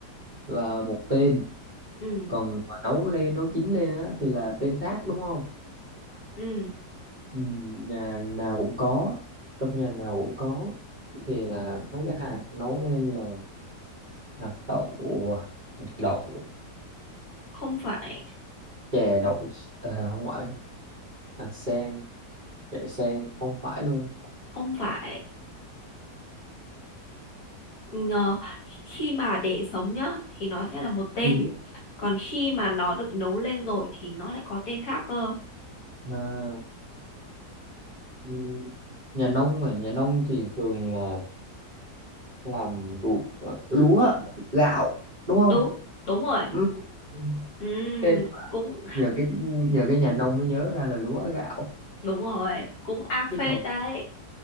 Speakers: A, on the right; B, on the left.
A: là một tên
B: Ừm,
A: còn mà nấu lên nấu chín lên á, thì là tên khác đúng không
B: ừm,
A: ừ, nhà nào cũng có trong nhà nào cũng có thì là mấy cái hạt nấu lên là hạt đậu hạt đậu
B: không phải
A: chè đậu ờ, không phải hạt sen chè sen không phải luôn
B: không phải Ngờ- khi mà để sống nhá thì nó sẽ là một tên
A: Ừ.
B: còn khi mà nó được nấu lên rồi thì nó lại có tên khác cơ
A: à, ừ, nhà nông mà nhà nông thì thường là làm ruộng ờ, lúa gạo đúng không
B: đúng đúng rồi
A: ừ. Ừ.
B: Ừm,
A: Thế
B: cũng
A: nhờ cái nhờ cái nhà nông mới nhớ ra là lúa gạo
B: Đúng rồi, cũng ác
A: chứ
B: phết
A: còn
B: đấy,